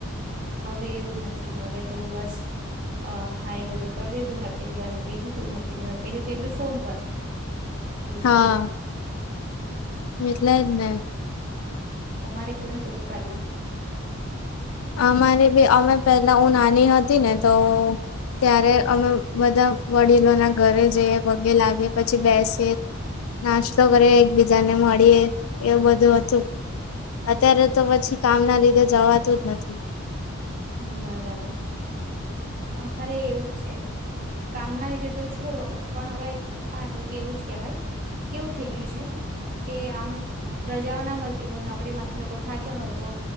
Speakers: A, on the right; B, on the left.
A: હવે એવું નથી, હવે તો બસ અ. હાઈ હેલો કરી દીઘું, હેપી દિવાલી કેય દીઘું, હેપી ન્યુયર <unintelligible> તેબી ફોન પર. એવું
B: હા,
A: છે
B: એટલે જ ને!
A: તમારે કેવું થતું તું પેલ્લા?
B: અમારે બી, અમે પેલા, હું નાની હતી ને તો, ત્યારે અમે બધા વડીલોના ઘરે જઈએ, પગે લાગે પછી બેસીએ, નાશ્તો કરીએ, એકબીજાને મળીએ એવું બધું હતું. અત્યારે તો પછી કામ ના લીધે જવાતું નથી.
A: બરાબર અમારે એવું જ છે. કામના લીધે તો છોડો, પણ હવે હા જોકે એવું જ કેહેવાય, કે કેવું થઈ ગયું છે કે આમ રજાઓ ના મલતી હોય, નોકરીમાંથી લોકો થાક્યા હોય તો.